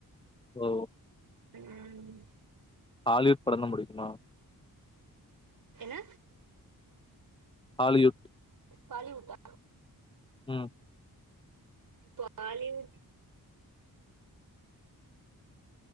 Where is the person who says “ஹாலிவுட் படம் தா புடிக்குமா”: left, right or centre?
Left